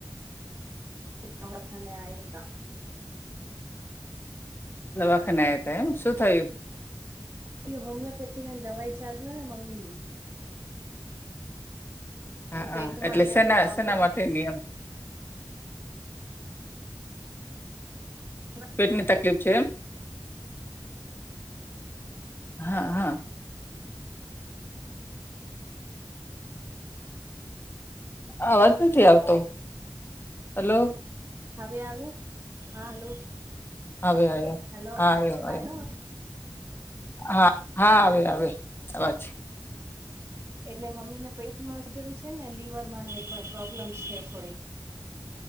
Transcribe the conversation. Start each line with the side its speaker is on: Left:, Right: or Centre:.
Right: <inaudible> દવાખાને આયાતા.
Left: દવાખાને આયા તા એમ. શું થયું?
Right: કે હોમિયોપેથીની દવાઈ ચાલુ હે ને મમ્મીની.
Left: હા
Right: ઉ પેટમાં
Left: હા એટલે
Right: ને
Left: સેના
Right: એવું પ્રોબ્લેમ
Left: સેના માટેની એમ
Right: <inaudible>
Left: પેટની તકલીફ છે એમ? હા, હા. અવાજ નથી આવતો. હલો.
Right: હવે આવ્યો? હા, હલો.
Left: હવે આવ્યો
Right: હેલો.
Left: હા આવ્યો આવ્યો
Right: આયો હવે?
Left: હા, હા હવે આવે અવાજ.
Right: એટલે મમ્મીને પેટમાં સુજન છેને, લિવરમાં <unintelligible> પ્રોબ્લેમ છે થોડીક.